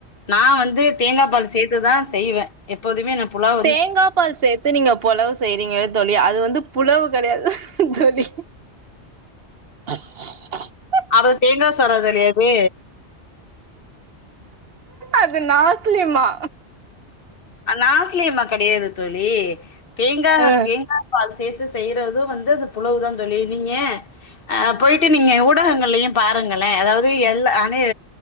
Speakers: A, on the left; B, on the right.
A: நா வந்து வந்து தேங்கா பால் சேத்துதா செய்வே எப்போதுமே நா புலாவ்
B: தேங்கா பால் சேத்து நீங்க பொலவு செய்றீங்க தோழி அது வந்து புலவு கெடையாது தோழி <inaudible> <inaudible>
A: அது தேங்கா சதோ தோழி அது
B: அது நாக்லிமா
A: நாக்லிமா கெடையாது தோழி தேங்கா
B: ஆ
A: தேங்கா பாலு சேத்து செய்றது வந்து அந்த புலவு தா தோழி நீங்க அ போயிட்டு நீங்க ஊடகங்கள்லயும் பாருங்களே அதாவது எல்லா அனை